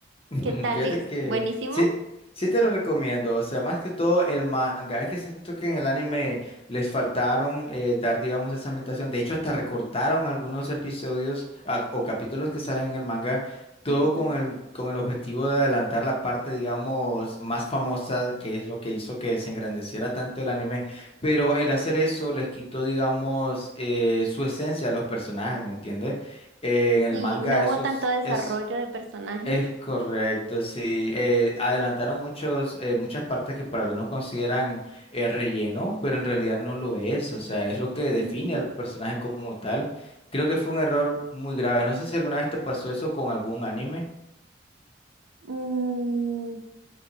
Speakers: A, on the left; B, on the right.
A: <laughs>
B: ¿Qué tal
A: Fíjate
B: es?
A: que
B: ¿Buenísimo?
A: sí, sí te lo recomiendo, o sea, más que todo el manga, es que siento que en el anime les faltaron eh, dar, digamos, esa ambientación, de hecho hasta recortaron algunos episodios ah, o capítulos que salen en el manga, todo
B: Ujú.
A: con el, con el objetivo de adelantar la parte, digamos, más famosa, que es lo que hizo que se engrandeciera tanto el anime, pero el hacer eso les quitó, digamos, eh, su esencia a los personajes, ¿me entiendes? Eh, en el
B: Sí,
A: manga
B: no hubo
A: eso
B: tanto
A: es...
B: desarrollo
A: es
B: de personaje.
A: es correcto, sí. Eh, adelantaron muchos, eh, muchas partes que para algunos consideran eh, relleno, pero en realidad no lo es. O sea, es lo que define
B: Ujú.
A: al personaje como tal. Creo que fue un error muy grave. No sé si alguna vez te pasó eso con algún anime.
B: Mm,